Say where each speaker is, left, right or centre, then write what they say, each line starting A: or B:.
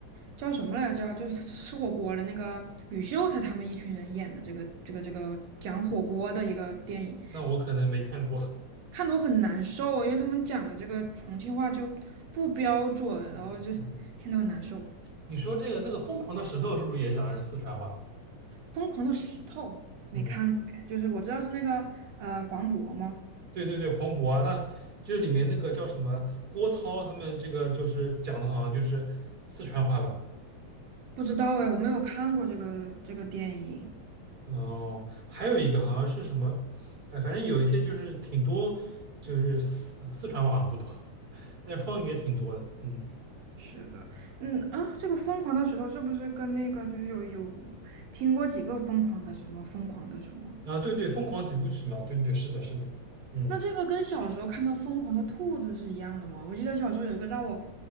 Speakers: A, on the right (about 65°); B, on the right (about 35°).
A: 叫什么来着？叫就是吃火锅的那个吕秀才他们一群人演的这个这个这个讲火锅的一个电影。
B: 那我可能没看过，
A: 看得我很难受，因为他们讲的这个重庆话就不标准，
B: <laughs>
A: 然后就是听得很难受。
B: 嗯嗯，你说这个那个疯狂的石头是不是也讲的是四川话？
A: 疯狂的石头没看过哎就是我知道是那个呃黄渤吗？
B: 嗯，对对对，黄渤啊那就是里面那个叫什么郭涛他们这个就是讲的好像就是四川话吧，
A: 不知道哎，我没有看过这个这个电影。
B: 哦，还有一个好像是什么，哎，反正有一些就是挺多，就是四四川话好像不多，但是方言挺多的，嗯。
A: 是的，嗯啊，这个疯狂的石头是不是跟那个就是有有听过几个疯狂的什么疯狂的什么？
B: 啊，对对，《疯狂几部曲》嘛，对对，是的，是的，嗯，
A: 那这个跟小时候看到疯狂的兔子是一样的吗？我记得小时候有一个让我